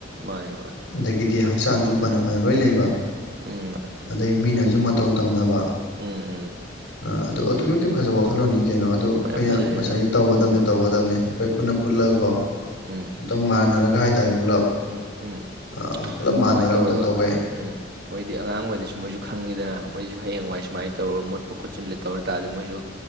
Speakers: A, on the right (about 55°); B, on the left (about 75°).
A: ꯃꯥꯅꯦ ꯃꯥꯅꯦ
B: ꯑꯗꯒꯤꯗꯤ ꯍꯛꯆꯥꯡꯁꯨ ꯐꯅ ꯐꯅ ꯂꯣꯏ ꯂꯩꯕ
A: ꯎꯝ ꯃꯥꯅꯦ
B: ꯑꯗꯩ ꯃꯤꯅꯁꯨ ꯃꯇꯧ ꯇꯝꯅꯕ
A: ꯎꯝ ꯎꯝ
B: ꯑ ꯑꯗꯨ ꯑꯗꯨꯛꯀꯤꯛ ꯐꯖ ꯋꯥꯈꯜꯂꯣꯟꯅꯤ ꯀꯩꯅꯣ ꯑꯗꯨ ꯑꯩꯈꯣꯏꯅ
A: ꯃꯌꯥꯝ ꯐꯖꯩꯌꯦ
B: ꯉꯁꯥꯏꯒꯤ
A: ꯑꯗꯨꯝ
B: ꯇꯧꯒꯗꯕꯅꯤ
A: ꯎꯝ
B: ꯇꯧꯒꯗꯕꯅꯦ ꯑꯩꯈꯣꯏ ꯄꯨꯟꯅ ꯄꯨꯜꯂꯒꯀꯣ
A: ꯎꯝ ꯎꯝ
B: ꯑꯃꯨꯛꯇꯪ ꯃꯥꯟꯅꯔꯒ ꯍꯥꯏꯇꯥꯔꯦ ꯄꯨꯂꯞ
A: ꯎꯝ ꯎꯝ
B: ꯑꯥ, ꯄꯨꯂꯞ ꯃꯥꯟꯅꯔꯒ
A: ꯑꯗꯨꯃꯥꯏꯅ ꯇꯧꯔꯒ
B: ꯑꯝꯇꯪ ꯇꯧꯕ ꯌꯥꯏ
A: ꯎꯝ ꯃꯣꯏꯗꯤ ꯑꯉꯥꯡꯈꯩꯗꯁꯨ ꯃꯣꯏꯁꯨ ꯈꯪꯉꯤꯗꯅ ꯃꯣꯏꯁꯨ ꯍꯌꯦꯡꯋꯥꯏ ꯁꯨꯃꯥꯏꯅ ꯇꯧꯔ ꯃꯨꯠꯄ ꯈꯣꯠꯆꯤꯟꯂ ꯇꯧꯔ ꯇꯥꯔꯗꯤ ꯃꯣꯏꯁꯨ